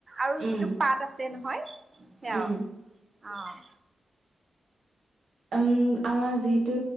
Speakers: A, on the right; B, on the right.
A: আৰু
B: উম
A: যিটো পাত আছে নহয় সেয়াও
B: উম
A: অ'।
B: আম, আমাৰ যিহেতু